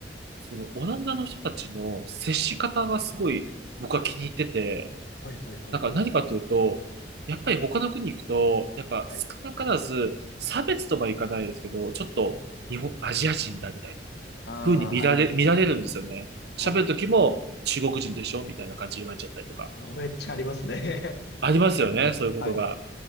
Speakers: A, on the right; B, on the left.
A: そのオランダの人たちの接し方がすごい僕は気に入ってて、
B: はいはいはいはい。
A: なんか何かというと、やっぱり他の国行くと、やっぱ少なからず差別とはいかないですけど、
B: はい
A: ちょっと日本、アジア人だみたいな
B: ああ、
A: 風に見られ、
B: ありますね。
A: 見られるんですよね。
B: はい。
A: 喋る時も中国人でしょみたいな感じで言われちゃったりとか。
B: めっちゃありますね。
A: ありますよね、
B: <laughs> はい、はい、
A: そういうことが。
B: はい。